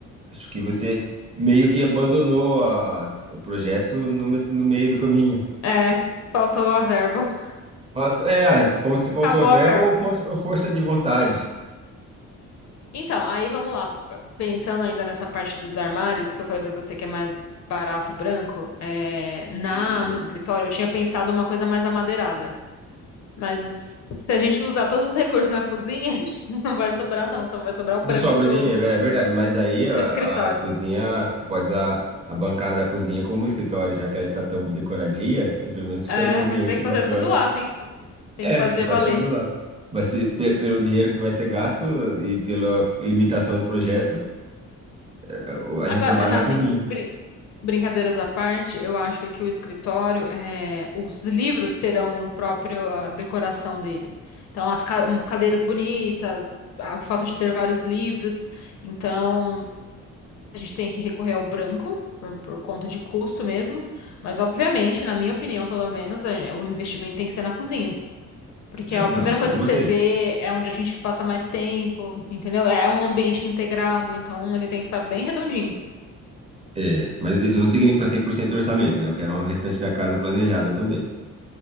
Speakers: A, on the right (about 20°); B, on the left (about 65°).
A: Acho que você meio que abandonou a- o projeto no, me- no meio do caminho.
B: é, faltou a verba. <laughs>
A: Faço- É, é, como se faltou
B: Acabou
A: verba
B: a verba.
A: ou força ou força de vontade.
B: Então, aí vamos lá. Pensando ainda nessa parte dos armários, que eu falei pra você que é mais barato branco, é, na
A: Hum.
B: no escritório eu tinha pensado uma coisa mais amadeirada. Mas se a gente usar todos os recursos na cozinha, <laughs> a gente não vai sobrar não, só vai sobrar o branco
A: Não sobra
B: pro,
A: dinheiro, é verdade. Mas aí
B: pro
A: a,
B: escritório.
A: a cozinha, você pode usar a bancada da cozinha como um escritório, já que ela está tão decoradinha, você pelo menos
B: É,
A: fica num ambiente
B: vai ter que fazer
A: bacana.
B: tudo lá, tem que, tem
A: É,
B: que fazer
A: você faz
B: valer.
A: tudo lá. Vai ser pe- pelo dinheiro que vai ser gasto e pela limitação do projeto, é, o- a
B: Agora,
A: gente trabalha
B: é, não,
A: na
B: assim,
A: cozinha.
B: brin- Brincadeiras à parte, eu acho que o escritório, eh, os livros serão o próprio a decoração dele. Então, as ca- hum, cadeiras bonitas, a- o fato de ter vários livros. Então, a gente tem que recorrer ao branco, por, por conta de custo mesmo. Mas, obviamente, na minha opinião, pelo menos, eh, o investimento tem que ser na cozinha. Porque
A: Eu,
B: é a
A: não,
B: primeira
A: eu estou
B: coisa
A: com
B: que
A: você.
B: você vê, é onde a gente passa mais tempo, entendeu? É um ambiente integrado, então ele tem que estar bem redondinho.
A: É, mas isso não significa 100% do orçamento, né? Eu quero o restante da casa planejada também.